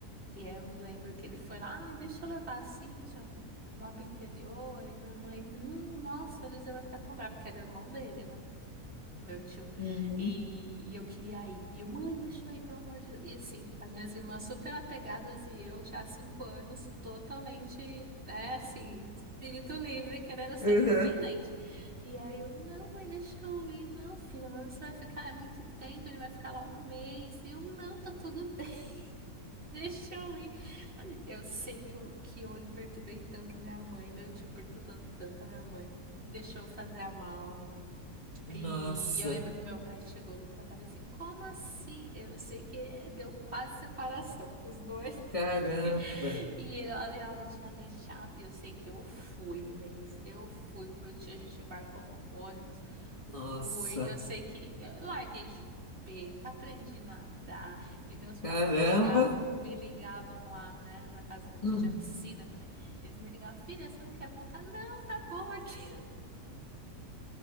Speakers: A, on the right; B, on the left.
A: E aí eu me lembro que ele foi lá, ah, deixa eu levar a Cíntia lá pro interior. E minha mãe, não, nossa, o Eliseu vai ficar tão bravo, que era o irmão dele, né? Meu tio.
B: Uhum.
A: E, e eu queria ir. E eu, mãe, deixa eu ir, pelo amor de Deus. E assim, as minhas irmãs super apegadas e eu já há cinco anos totalmente, né, assim, espírito livre, querendo ser
B: Uhum.
A: independente. E aí eu, não, mãe, deixa eu ir. Não, filha, mas você vai ficar, é muito tempo, ele vai ficar lá um mês. E eu, não, tá tudo <laughs> bem. <laughs> Deixa eu ir. Eu sei que eu, que eu perturbei tanto a minha mãe, meu tio perturbando tanto a minha mãe. Deixou eu fazer a mala.
B: Nossa,
A: E, e eu lembro que meu pai chegou do trabalho assim, como assim? Eu sei que deu quase separação, os dois.
B: caramba,
A: <laughs> E ele- ela, ela já tinha deixado. E eu sei que eu fui, Inês. Eu fui com meu tio. A gente embarcou num ônibus. Fui.
B: nossa,
A: Eu sei que eu larguei chupeta, aprendi a nadar. E meus pais
B: caramba.
A: me ligavam, me ligavam lá, né? Na casa do meu tio
B: Hum,
A: tinha piscina também. Eles me ligavam, filha, você não quer voltar? Não, tá bom aqui.